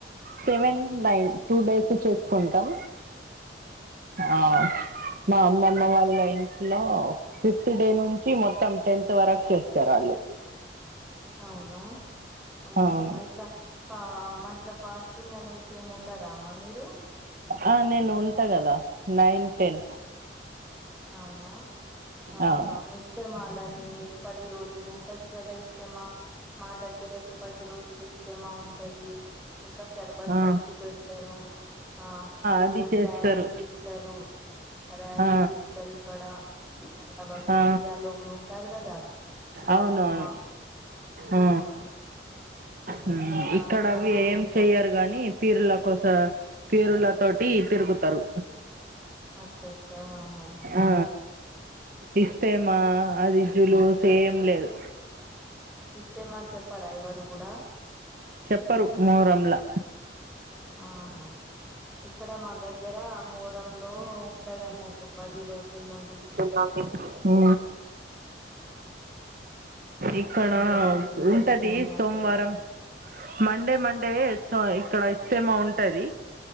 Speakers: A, on the right; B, in the centre.
A: సెవెన్ నైన్ టూ డేసు చేసుకుంటాం ఆ మా అమ్మమ్మ వాళ్ళ ఇంట్లో ఫిఫ్త్ డే నుంచి మొత్తం టెన్త్ వరకు చేస్తారు వాళ్ళు
B: అవునా ఆహా
A: అవును
B: ఇట్లా మట్ల ఫాస్టింగ్ అనేసి ఏమ్ ఉండరా అమ్మా మీరు
A: ఆ నేను ఉంటా కదా నైన్ టెన్
B: అవునా ఆహా
A: అవును
B: ఇస్తేమాలని నే పది రోజులు ఉంటటి కదా ఇస్తేమా మా దగ్గర అయితే పది రోజులు ఇస్తే బ ఉంటది ఇంకా షర్బత్
A: ఆ,
B: పంచి పెడుతరు ఆ జులు
A: అది చేస్తారు
B: ర్యాలీ తీస్తారు ర్యాలీ
A: ఆ,
B: తీస్ అక్కడ మళ బట్టలు
A: ఆ,
B: సియాలోగులు ఉంటారు కదా వాళ్ళు
A: అవునవును
B: మా
A: ఆ
B: ఉమ్ ఇంకా
A: మ్మ్ ఇక్కడ
B: ఎలా
A: అవి
B: చేస్తారు
A: ఏం చెయ్యరు గని పీర్ల కోస పీరుల తోటి తిరుగుతారు
B: అచ్చచ్చా ఆహా
A: ఆ ఇత్తెమా అదిజులు ఏమ్ లేదు
B: ఇస్తే మన్ చెప్పరా ఎవరు గూడా
A: చెప్పరు మోరంలా
B: ఆహా ఇక్కడ మా దగ్గర మూరం లో ఉంటది అన్నట్టు పది రోజుల నుండి
A: అవి ఉ
B: <inaudible>
A: ఇక్కడ
B: ఏం జరిగింది
A: ఉంటది
B: ఏంటి అన్నట్టుగా
A: సోమవారం మండే మండే ఇస్త ఇక్కడ ఇస్తేమ ఉంటది